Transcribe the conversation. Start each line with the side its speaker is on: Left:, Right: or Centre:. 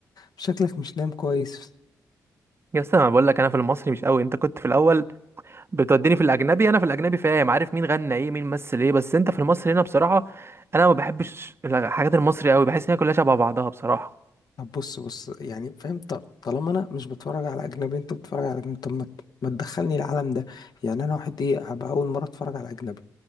Left: شكلك مش نايم كويس
Right: يا اسطى انا بقول لك انا في المصري مش قوي انت كنت في الاول بتوديني في الاجنبي انا في الاجنبي فاهم عارف مين غنى ايه مين مثل ايه بس انت في المصري هنا بصراحه انا ما بحبش الحاجات المصري قوي بحس ان هي كلها شبه بعضها بصراحه
Left: طب بص بص يعني فاهم ط- طالما انا مش بتفرج على اجنبي انت بتتفرج على اجنبي طب ما ت- ما تدخلني العالم ده يعني انا واحد ايه هبقى اول مره اتفرج على اجنبي